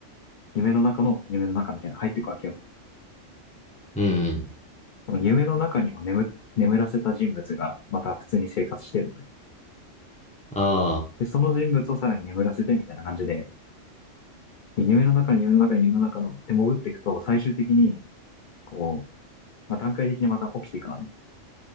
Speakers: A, on the left (about 55°); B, in the centre.
A: 夢の中の夢の中みたいな入っていくわけよ。
B: うん。
A: 夢の中にも眠、眠らせた人物がまた普通に生活してるのね。
B: あ
A: で、その人物をさらに眠らせてみたいな感じで、夢の中の夢の中の夢の中のって潜っていくと、最終的に、こう、まあ、段階的にまた起きていくのね。